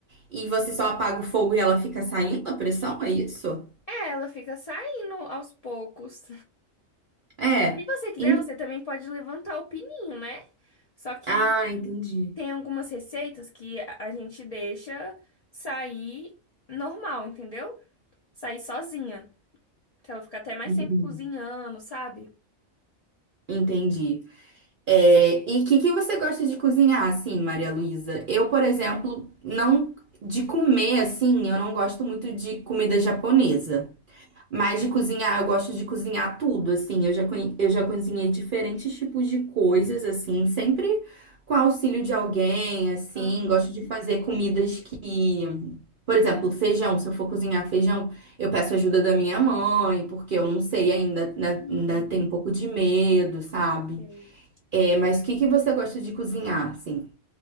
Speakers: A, on the right; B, on the left.
A: e você só apaga o fogo e ela fica saindo a pressão, é isso?
B: É, ela fica saindo aos poucos.
A: É.
B: Se você quiser,
A: En-
B: você também pode levantar o pininho, né? Só que
A: Ah, entendi.
B: tem algumas receitas que a a gente deixa sair normal, entendeu? Sair sozinha. Que ela fica até mais
A: Entendi.
B: tempo cozinhando, sabe?
A: Entendi. É, e o que que você gosta de cozinhar, assim, Maria Luísa? Eu, por exemplo, não de comer assim, eu não gosto muito de comida japonesa. Mas de cozinhar, eu gosto de cozinhar tudo, assim. Eu já, conhe- eu já cozinhei diferentes tipos de coisas, assim, sempre com auxílio de alguém, assim.
B: Aham.
A: Gosto de fazer comidas que, por exemplo, feijão. Se eu for cozinhar feijão, eu peço ajuda da minha mãe, porque eu não sei ainda, né?
B: Uhum.
A: Ainda tenho um pouco de medo, sabe?
B: Sei.
A: É, mas o que que você gosta de cozinhar, assim?